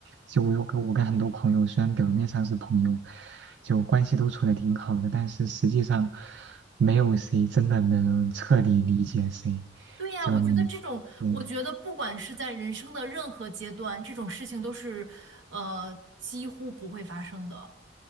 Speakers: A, on the right; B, on the right.
A: 就我有跟我跟很多朋友，虽然表面上是朋友，就关系都处的挺好的，但是实际上没有谁真的能彻底理解谁，
B: 对呀，
A: 就你，
B: 我觉得这种，
A: 嗯。
B: 我觉得不管是在人生的任何阶段，这种事情都是，呃，几乎不会发生的，